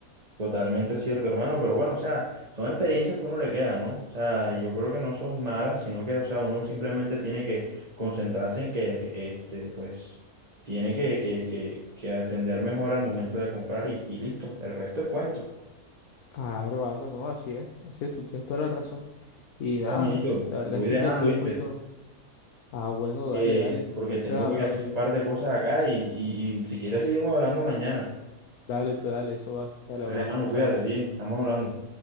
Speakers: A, on the right (about 25°); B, on the left (about 75°).
A: totalmente cierto, hermano, pero bueno, o sea, son experiencias que uno le queda, ¿no? O sea, y yo creo que no son malas, sino que, o sea, uno simplemente tiene que concentrarse en que, este, pues, tiene que, que, que, que atender mejor al momento de comprar y, y listo, el resto es cuento.
B: Claro, claro, no, así es, así es, tú tienes toda la razón. Y nada,
A: Bueno, manito,
B: la verdad
A: te voy
B: es que
A: dejando,
B: hay que ser
A: ¿viste?
B: un poquito Ah, bueno,
A: Que-
B: dale, dale. Entonces
A: porque tengo
B: hablamos.
A: que hacer un par de cosas acá y, y, y si quieres seguimos hablando mañana.
B: Dale, pues dale, eso va. Dale,
A: Dale,
B: hablamos.
A: hermano,
B: Chao.
A: cuídate bien, estamos hablando.